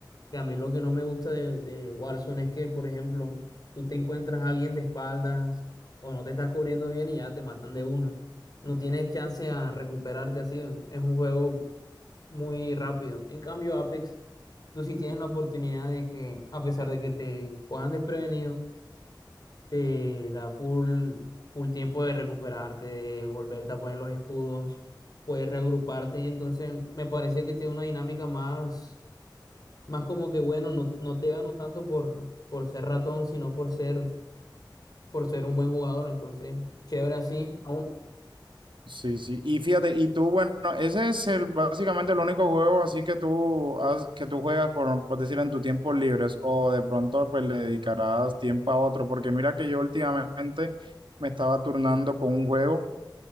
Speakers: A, on the left; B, on the right.
A: que a mí lo que no me gusta de, de Warzone es que, por ejemplo, tú te encuentras a alguien de espaldas o no te estás cubriendo bien y ya te matan de una. No tienes chance a recuperarte así. Es un juego muy rápido. En cambio, Apex, tú sí tienes la oportunidad de que, a pesar de que te puedan desprevenido, te da full, full tiempo de recuperarte, de volverte a poner los escudos, puedes reagruparte y entonces me parece que tiene una dinámica más, más como que bueno, no, no te gano tanto por, por ser ratón, sino por ser, por ser un buen jugador. Entonces, chévere así. aún
B: Sí, sí. Y fíjate, y tú, bueno, ese es el básicamente el único juego así que tú has- que tú juegas por, por decir en tus tiempos libres o de pronto pues le dedicarás tiempo a otro, porque mira que yo últimamente me estaba turnando con un juego